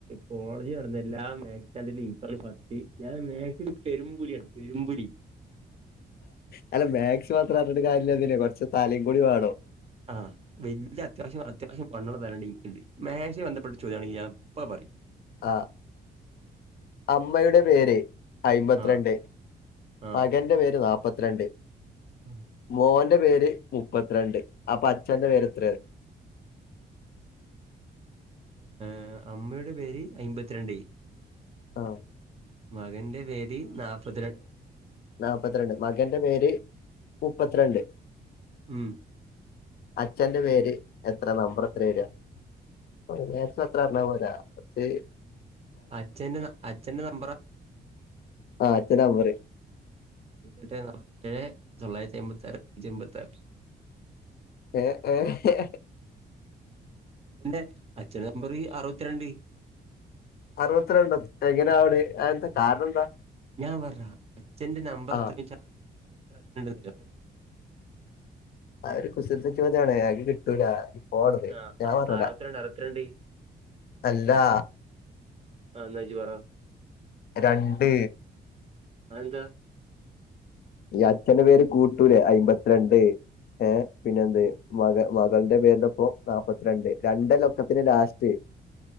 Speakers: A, on the right; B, on the left.
A: കോളേജ് നടന്ന എല്ലാ മേ അതില് ഇക്കാണ് ഫസ്റ്റ് ഞാൻ മേക്‌സ്‌ല് പെരും പുല്യാണ് പെരും പുലി
B: അല്ല മാക്സ് മാത്രം അർഞ്ഞിട്ട് കാര്യല്ലത്‌നേ കൊർച്ച് തലിം കൂടി വാണം
A: ആഹ് വല്യ അത്യാവശ്യം അത്യാവശ്യം വണ്ണള്ളെ തലന്നെൻക്ക്ണ്ട് മേക്സായ് ബെന്ധെപ്പെട്ട ചോദ്യാണെങ്കി ഞാൻപ്പ പറിം
B: ആഹ് അമ്മയുടെ പേര് അയ്മ്പത്ത്
A: ആ
B: രണ്ട്
A: ആ.
B: മകന്റെ പേര് നാപ്പത്ത്‌രണ്ട്
A: ഉം
B: മോന്റെ പേര് മുപ്പത്ത്രണ്ട് അപ്പൊ അച്ഛന്റെ പേര് എത്രയ
A: ഏഹ് അമ്മയുടെ പേര് അയ്മ്പത്ത്‌രണ്ട്
B: ആഹ്
A: മകന്റെ പേര് നല്ലപത്തിരണ്ട്
B: നാപ്പത്ത്‌രണ്ട് മകന്റെ പേര് മുപ്പത്ത്‌രണ്ട്
A: ഉം
B: അച്ഛന്റെ പേര് എത്ര നമ്പർ എത്ര വരാ <unintelligible> നേരത്തെ അത്ര അറഞ്ഞാ പോരാ പക്ഷേ
A: അച്ഛന്റെ അച്ഛന്റെ നമ്പറാ
B: ആഹ് അഛനാ പറി
A: ട്ടേ നാപ്പ്ത്തേഴേ തൊള്ളായ്ര്ത്തി അയ്മ്പത്താറ് റ്റി മ്പെത്താറ്
B: ഏഹ് ഏഹ്
A: ന്റെ അച്ഛനമ്പത് അറുപത്തിരണ്ട്
B: അർവത്രണ്ടാ എങ്ങനെ ആവ്ണെ അഹ് എന്താ കാരണം എന്താ
A: ഞാൻ പർഞ്ഞരാ അച്ഛന്റെ നമ്പർ
B: ആ
A: എത്രേയ്ചാ എത്ര അക്കണ്ട് <unintelligible>
B: ആഹ് ഒര് കുസൃതി ചോദ്യാണ് അക്ക് കിട്ടൂലാ ഓട
A: ആ,
B: ഞാൻ
A: അ-
B: പറഞ്ഞേല
A: അറുപത്തിരണ്ട് അറുപത്തിരണ്ട്
B: അല്ലാ
A: ആഹ് എന്നാജ് പറാ
B: രണ്ട്
A: അ എന്താ
B: ഈ അച്ഛന്റെ പേര് കൂട്ടൂലേ അയമ്പത്തിരണ്ട് ഏഹ് പിന്നെന്ത് മക മകൾന്റെ പേര്ന്റൊപ്പം നാപ്പത്ത്‌രണ്ട് രണ്ടന്നെ ഒക്കെത്തിന്റിം ലാസ്റ്റ്